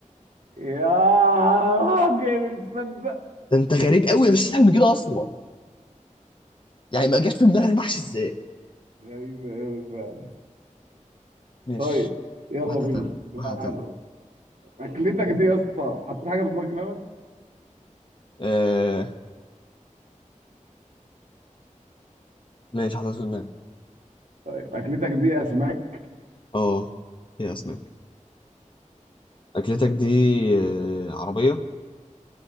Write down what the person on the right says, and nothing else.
يا راجل تصدق
غريبة أوي فعلا
طيب يلا
بينا
اللي
بعده
أكلتك دي يا اسطى حطيت حاجة في دماغك الأول؟
طيب أكلتك دي أسماك